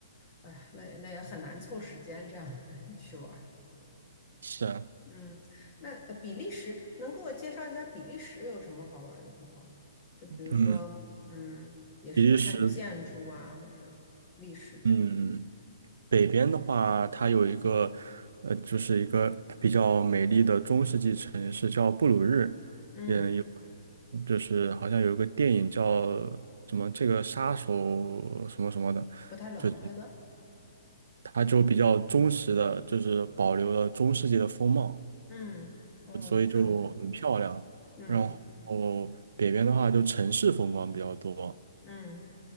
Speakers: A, on the left; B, on the right.
A: 哎呀，那也那也很难凑时间这样 <laughs> 去玩儿。
B: 是啊，
A: 嗯，那呃比利时能给我介绍一下比利时有什么好玩儿的地方吗？就比如说，
B: 嗯，
A: 嗯，也是看建筑啊或者历史之类的。
B: 比利时，嗯。北边的话，它有一个，呃，就是一个比较美丽的中世纪城市叫布鲁日，
A: 嗯，
B: 嗯，有，就是好像有一个电影叫什么这个杀手什么什么的，
A: 不太冷那个。
B: 就它就比较忠实的，就是保留了中世纪的风貌，
A: 嗯，哦，
B: 所以就很漂亮。
A: 这样子。嗯
B: 然后北边的话就城市风光比较多，
A: 嗯